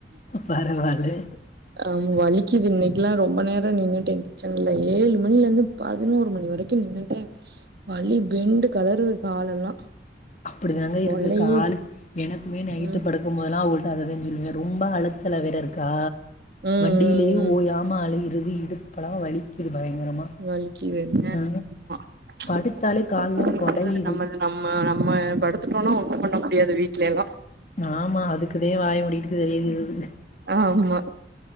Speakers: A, on the left; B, on the right.
A: பரவாயில்ல
B: ஆமா வலிக்கிது இன்னைக்கிலா ரொம்ப நேரோ நின்னுட்டே கிச்சன்ல ஏழு மணிலேருந்து பதினோரு மணி வரைக்கு நின்னுட்டே வலி பெண்டு கலறுது காலெல்லா
A: அப்டி தாங்க இருக்கு
B: பொழையுது
A: காலு எனக்குமே நைட்டு
B: ம்
A: படுக் கும்போதெல்லா உள்டாகுதுன் சொல்வே ரொம்ப அலச்சலா வேற இருக்கா
B: ம் ம்
A: டெய்லி
B: ம்
A: ஓயாம அலையிறது இடுப்பலா வலிக்குது பயங்கரமா
B: வலிக்குது என்ன
A: ஆ
B: ஆமா <inaudible>
A: படுத்தாலே கால்லாம்
B: தாங்குறது
A: கொடையுது.
B: நம்ப தான நம்ம நம்ம படுத்துட்டோனா ஒண்ணு பண்ண முடியாது வீட்ல எல்லா
A: ஆமா அதுக்குதே வாய மூடிக்கிட்டு தெரியதுகிறது
B: ஆமா